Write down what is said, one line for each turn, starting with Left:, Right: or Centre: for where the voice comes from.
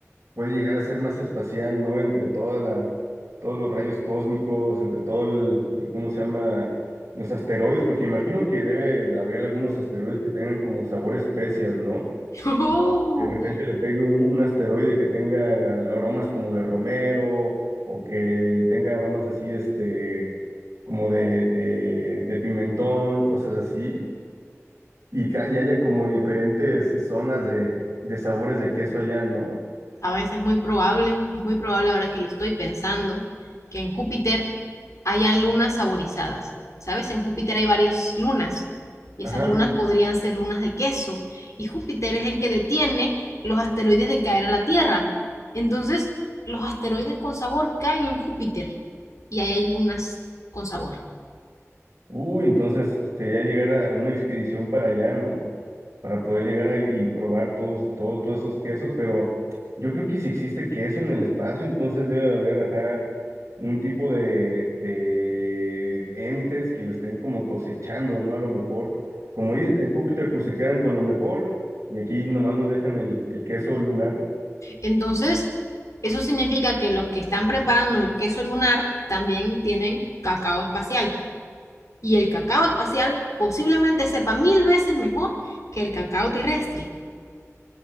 Right: puede llegar a ser más espacial, ¿no? Entre toda la, todos los rayos cósmicos, entre todo el, el- ¿cómo se llama? Los asteroides, porque imagino que debe haber algunos asteroides que tengan como sabor especias, ¿no?
Left: <laughs>
Right: de repente le pegue un, un asteroide que tenga al- aromas como de romero o que tenga aromas así, este, como de, de, de pimentón, cosas así, y, ca y haya como diferentes zonas de, de sabores de queso allá, ¿no?
Left: A veces muy probable, es muy probable ahora que lo estoy pensando, que en Júpiter hayan lunas saborizadas. ¿Sabes? En Júpiter hay varias lunas y
Right: Ajá,
Left: esas lunas
Right: sí.
Left: podrían ser lunas de queso. Y Júpiter es el que detiene los asteroides de caer a la Tierra. Entonces, los asteroides con sabor caen en Júpiter y ahí hay lunas con sabor.
Right: Uh, entonces sería llegar a a una expedición para allá, ¿no? Para poder llegar ahí y probar todos, todo- todos esos quesos, pero yo creo que si existe queso en el espacio, entonces debe de haber, ajá, un tipo de, de entes que lo estén como cosechando, ¿no? A lo mejor, como dice Júpiter, pues se quedan con lo mejor y aquí nomás nos dejan el, el queso lunar.
Left: Entonces, eso significa que los que están preparando el queso lunar también tienen cacao espacial. y el cacao espacial posiblemente sepa mil veces mejor que el cacao terrestre.